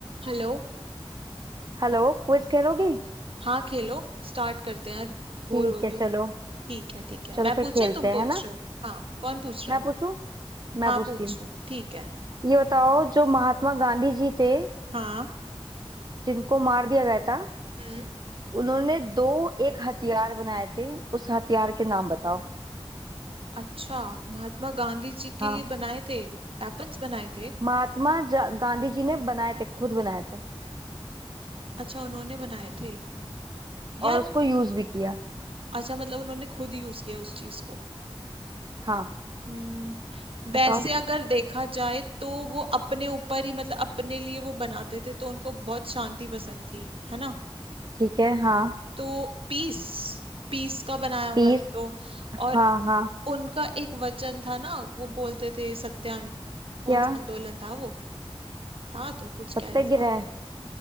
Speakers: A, on the right; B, on the right.
A: Hello
B: हेलो क्विज खेलोगी
A: हाँ खेलो start करते हैं यार बोर
B: ठीक
A: हो रही
B: है चलो
A: हूँ ठीक है ठीक है
B: चलो
A: मैं
B: फिर
A: पूछूं
B: खेलते
A: तुम
B: हैं
A: पूछ
B: है ना
A: रहे हो हाँ कौन पूछ रहा
B: मैं
A: है
B: पूछूं
A: हाँ
B: मैं पूछती
A: पूछो
B: हूँ
A: ठीक है
B: ये बताओ जो महात्मा गांधी जी थे
A: हाँ
B: जिनको मार दिया गया था
A: हम्म
B: उन्होंने दो एक हथियार बनाए थे उस हथियार के नाम बताओ
A: अच्छा महात्मा गांधी जी के
B: हाँ
A: लिए बनाए थे वेपन्स बनाए थे
B: महात्मा जा- गांधी जी ने बनाए थे खुद बनाए थे
A: अच्छा उन्होंने बनाए थे यार
B: और उसको यूज भी किया
A: अच्छा मतलब उन्होंने खुद यूज किया उस चीज को
B: हाँ
A: हम्म वैसे
B: बताओ
A: अगर देखा जाए तो वो अपने ऊपर ही मतलब अपने लिए वो बनाते थे तो उनको बहुत शांति पसंद थी है ना
B: ठीक है हाँ
A: तो पीस पीस का बनाया होगा
B: पीस
A: एक तो और
B: हाँ हाँ
A: उनका एक वचन था ना वो बोलते थे सत्यान कौन
B: क्या
A: सा आंदोलन था वो था तो कुछ
B: सत्याग्रह
A: क्या ही था